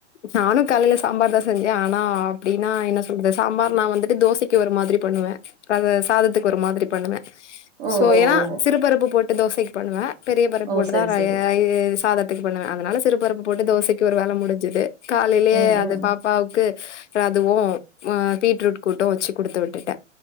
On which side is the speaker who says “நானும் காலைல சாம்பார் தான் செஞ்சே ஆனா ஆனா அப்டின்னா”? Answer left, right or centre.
Left